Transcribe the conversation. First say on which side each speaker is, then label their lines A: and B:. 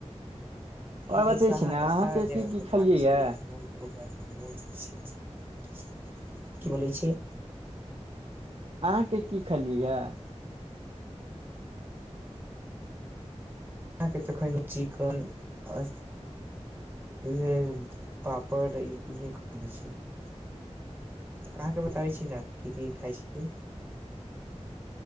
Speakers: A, on the right; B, on the right.
A: और
B: ई त
A: बतै
B: साहा
A: छी ने अहाँके
B: सारा जगत
A: की की खेलियै
B: बात छै
A: या
B: बहुत पुरान बहुत की बोलै छै
A: अहाँके कि खेलियै एय
B: अहाँ के तऽ खयनी चिकन आ इहे पापड़ इहे करने छी अहाँके बताबै छी ने कि की खाय छै